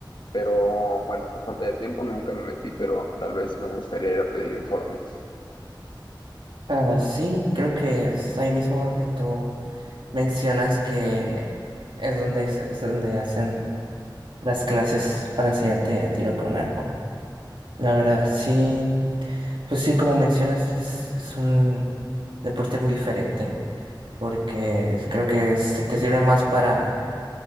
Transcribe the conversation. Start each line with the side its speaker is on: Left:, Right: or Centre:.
Left: pero bueno, por falta de tiempo nunca me metí, pero tal vez me gustaría ir a pedir informes.
Right: Ah, sí, creo que es ahí mismo donde tú mencionas que es donde, es es donde hacen las clases para enseñarte a tiro con arco. La verdad, sí, pues sí, como mencionas, es, es un deporte muy diferente, porque es- creo que se te sirve más para,